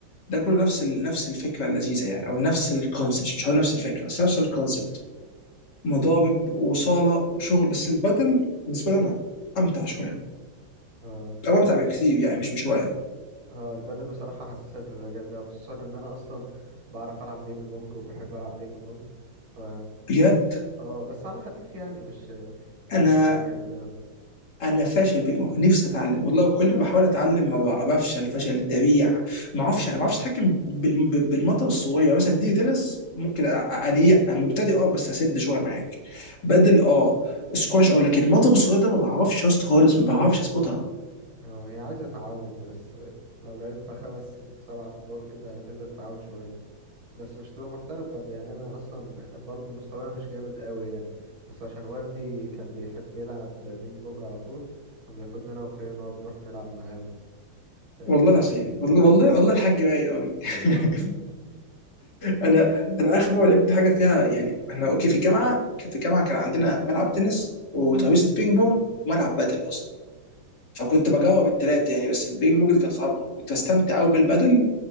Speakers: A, on the left (about 55°); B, on the right (about 75°).
A: ده كله نفس ال... نفس الفكره اللذيذه يعني او نفس الكونسبت مش مش هقول نفس الفكره بس نفس الكونسبت
B: أيوة.
A: مضارب وصاله وشغل بس البدل بالنسبه لي انا امتع شويه
B: اه البادل
A: او امتع بكثير يعني مش بشويه
B: اه البادل بصراحة حاسسها تبقى جامدة خصوصا ان انا اصلا بعرف العب بينج بونج وبحب العب بينج بونج ف
A: بجد
B: اه بس على خفيف يعني مش <laughs>
A: انا
B: مش جامد اوي
A: انا فاشل بينج بونج نفسي اتعلم والله كل ما بحاول اتعلم ما بع- بفشل فشل ذريع ما اعرفش
B: اه
A: انا ما بعرفش اتحكم بال- بال- بالمضرب الصغير يعني مثلا دي تنس ممكن أ- أ- انيق مبتدئ اه بس اسد شويه معاك بدل اه سكواش اه لكن المضرب الصغير ده ما بعرفش يا اسطى خالص ما بعرفش اظبطها
B: آه، هي عايزة تعود بس آه، لو لعبت خمس ست سبعة ادوار كده هتبدأ تتعود شوية بس مش تبقى محترف برضه يعني انا اصلا برضه مستواي مش جامد قوي يعني بس عشان والدي كان بيحب يلعب بينج بونج على طول كان بياخدني انا واخويا نقعد نروح نلعب معاه وكده اه
A: والله العظيم والله
B: آه والله
A: والله والله الحاج رايق قوي <laughs>
B: اه
A: انا انا اخر مره لعبت حاجه فيها يعني احنا اوكي في الجامعه كان في الجامعه كان عندنا ملعب تنس وترابيزه بينج بونج وملعب بادل اصلا فكنت بجاوب الثلاثه يعني بس البينج بونج دي كانت صعبه كنت بستمتع قوي بالبادل